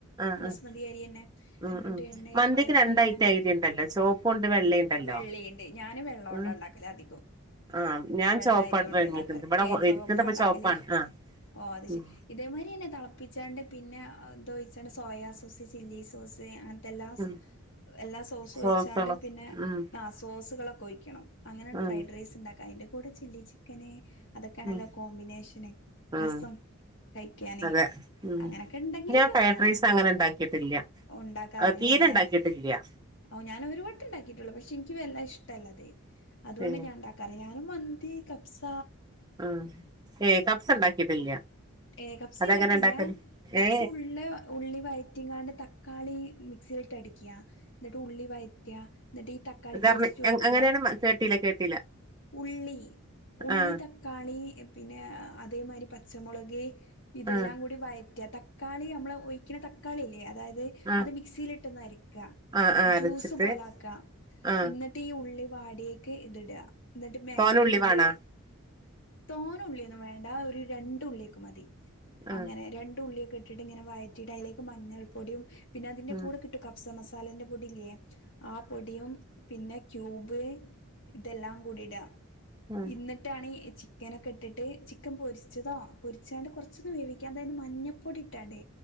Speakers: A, on the right (about 20°); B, on the left (about 55°).
A: ആഹ്
B: ബസ്മതി
A: ആഹ്
B: അരിയന്നെ
A: ഉം
B: എന്നിട്ട്
A: ഉം
B: എണ്ണേൽ
A: മന്തിക്ക്
B: വയറ്റീങ്ങാണ്ട്
A: രണ്ടയിറ്റം അരി ഉണ്ടല്ലോ ചോപ്പും ഉണ്ട് വെള്ളയും ഉണ്ടല്ലോ
B: വെള്ളീണ്ട് ഞാന് വെള്ളോണ്ട്
A: ഉം
B: ഉണ്ടാക്കലാ അധികോം
A: ആഹ് ഞാൻ
B: വെള്ള
A: ചോപ്പാ
B: അരി കൊണ്ട്
A: വാങ്ങിക്കുന്നത്
B: ഉണ്ടാക്കാറ്
A: ഇവിടെ
B: ഏ ചുവപ്പാ
A: ഇരിക്കുന്നത് ഇപ്പ
B: ഉണ്ടാക്കല്
A: ചോപ്പാണ് ആഹ്
B: ഓ അത് ശെരി
A: ഉം
B: ഇതേമാതിരി എന്നെ തിളപ്പി പിന്നെന്തോയിച്ചണ് സോയ സോസ് ചില്ലി സോസ് അങ്ങനത്തെല്ലാം
A: ഉം
B: എല്ലാ സോസുവൊയ്ച്ചാണ്ട്
A: സോസള്
B: പിന്നെ
A: ഉം
B: ആ സോസികളൊക്കെ ഒയിക്കണം അങ്ങനെൺ
A: ഉം
B: ഫ്രൈഡ് റൈസ് ഇണ്ടാക്കാം അയിന്റെ കൂടെ ചില്ലി ചിക്കനേ അതൊക്കെയാണല്ലോ
A: ഉം
B: കോമ്പിനേഷന് രസം
A: ആഹ്
B: കഴിക്കാന്
A: അതെ ഉം
B: അങ്ങനൊക്കെ ഉണ്ടെങ്കില്
A: ഞാൻ
B: രസമാണ്
A: ഫ്രൈഡ് റൈസ് അങ്ങനെ ഉണ്ടാക്കിയിട്ടില്ല
B: ഉണ്ടാക്കാറില്ലല്ലെ
A: തീരെ ഉണ്ടാക്കിയിട്ടില്ല
B: ഓ ഞാനൊരു വട്ടണ്ടാക്കിട്ടൊള്ളൂ പഷെ ഇൻക്ക് വല്ല ഇഷ്ടല്ലത് അതൊണ്ട
A: ഏ
B: ഞാൻ ഐണ്ടാക്കാറ് ഞ അ മന്തി കപസ
A: <unintelligible> ഏ കപ്സ് ഉണ്ടാക്കിട്ടില്ല
B: ഏ കപ്സി
A: അതെങ്ങനെ
B: ഉണ്ടാക്കിയില്ല
A: ഉണ്ടാക്കല്
B: കബ്സി
A: ഏ
B: ഉള്ള ഉള്ളി വയറ്റിങ്ങാണ്ട് തക്കാളി മിക് മിക്സീലിട്ടടിക്ക ഇന്നിട്ട് ഉള്ളി വയറ്റ ഇന്നിട്ട് ഈ തക്കാളി
A: അതറിഞ്ഞ്
B: പേസ്റ്റ് ഒയിക്ക
A: അങ്ങനെയാണ് മ- കേട്ടില്ല കേട്ടില്ല
B: ഉള്ളി ഉള്ളി
A: ആ
B: തക്കാളി പിന്നെ അതേമാരി പച്ചമുളക് ഇതെല്ലാം
A: ആ
B: കൂടി വയറ്റ തക്കാളിയമ്മള് ഒഴിക്കിണ തക്കാളില്ലേ അതായത്
A: ആ
B: അത് മിക്സീലിട്ടൊന്ന് അരിക്ക
A: ആ ആ
B: ജ്യൂസ്
A: അരച്ചിട്ട്
B: പോലാക്ക
A: ആ
B: ഇന്നിട്ട് ഈ ഉള്ളി വാട്യേക്ക് ഇതിട ഇന്നിട്ട് മാഗി
A: തോന ഉള്ളി
B: ക്യൂബ്
A: വേണാ
B: തോന ഉള്ള്യൊന്നും വേണ്ട ഒരു രണ്ടുള്ളിക്ക് മതി
A: ആ
B: അങ്ങനെ രണ്ടുള്ളി കെട്ടിട്ട് ഇങ്ങനെ വയറ്റിട്ട് അതിലേക്ക് മഞ്ഞൾ പൊടീം പിന്നെ അതിന്റെ
A: ആ
B: കൂടെ കിട്ടും കഫ്സ മസാലേന്റെ പൊടി ഇല്ലേ ആ പൊടിയും പിന്നെ ക്യൂബ് ഇതെല്ലാം കൂടിട
A: ആ ആ
B: ഇന്നിട്ടാണ് ചിക്കനൊക്കെ ഇട്ടിട്ട് ചി <unintelligible> പൊരിച്ചതാ പൊരി ച്ചാണ്ട് കുറച്ചൊന്ന് വേവിക്കാം അതായത് മഞ്ഞപ്പൊടി ഇട്ടാണ്ടേ